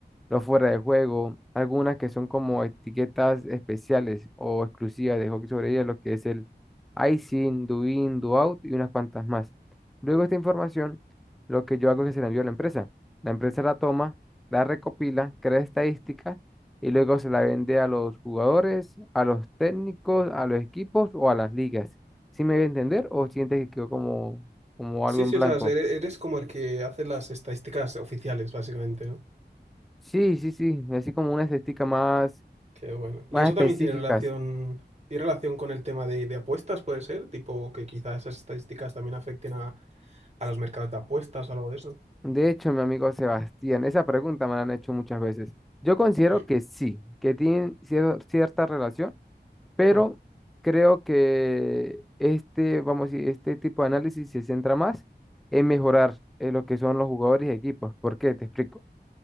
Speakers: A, in the centre; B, on the right.
A: los fuera de juego. Algunas que son como etiquetas especiales o exclusivas de hockey sobre hielo, lo que es el icing, do in, do out y unas cuantas más. Luego esta información, lo que yo hago es que se la envío a la empresa. La empresa la toma, la recopila, crea estadística y luego se la vende a los jugadores, a los técnicos, a los equipos o a las ligas. ¿Sí me voy a entender o sientes que quedó como, como
B: Sí,
A: algo en
B: sí,
A: blanco?
B: o sea, ere- eres como el que hace las estadísticas oficiales, básicamente, ¿no?
A: Sí, sí, sí, así como una esticas más,
B: Qué bueno.
A: más
B: Y eso
A: específicas.
B: también tiene relación, tiene relación con el tema de, de apuestas, puede ser, tipo que quizá esas estadísticas también afecten a, a los mercados de apuestas o algo de eso.
A: De hecho, mi amigo Sebastián, esa pregunta me la han hecho muchas veces. Yo considero
B: Mm,
A: que sí, que tienen cier- cierta relación, pero
B: mm,
A: creo que este, vamos a decir, este tipo de análisis se centra más en mejorar eh, lo que son los jugadores y equipos. ¿Por qué? Te explico.